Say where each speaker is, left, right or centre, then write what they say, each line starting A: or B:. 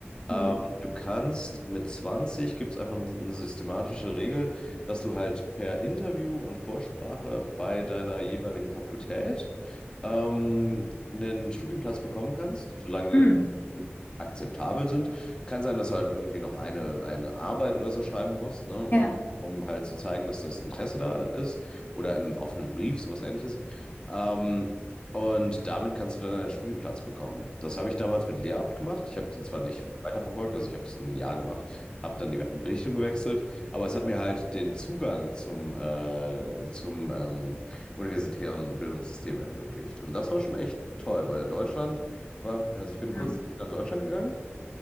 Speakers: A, on the left; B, on the left.
A: Ähm,
B: Ja.
A: du kannst mit 20 gibt es einfach eine systematische Regel, dass du halt per Interview und Vorsprache bei deiner jeweiligen Fakultät ähm, einen Studienplatz bekommen kannst, solange
B: Hm.
A: die akzeptabel sind. Kann sein, dass du halt irgendwie noch eine, eine Arbeit oder so schreiben musst, ne, um,
B: Ja.
A: um halt zu zeigen, dass das Interesse da ist oder einen offenen Brief, sowas ähnliches. Ähm, und damit kannst du dann einen Studienplatz bekommen. Das habe ich damals mit Lehramt gemacht. Ich habe den zwar nicht weiterverfolgt, also ich habe es ein Jahr gemacht, habe dann die Richtung gewechselt, aber es hat mir halt den Zugang zum, äh, zum ähm, universitären Bildungssystem ermöglicht. Und das war schon echt toll, weil in Deutschland war, also ich bin
B: Hm.
A: kurz nach Deutschland gegangen,